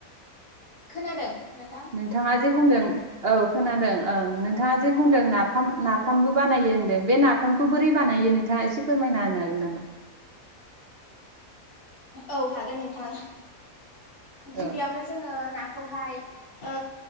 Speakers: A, on the left; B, on the right.
A: खोनादों नोंथां
B: नोंथाङा जे बुंदों औ खोनादों ओं नोंथाङा जे बुंदों नाफाम नाफामबो बानायो होनदों बे नाफामखौ बोरै बानायो नोंथाङा एसे फोरमायना होनो होगोन नामा
A: औ हागोन नोंथां गिबियावनो
B: औ
A: जोङो नाखौहाय ओ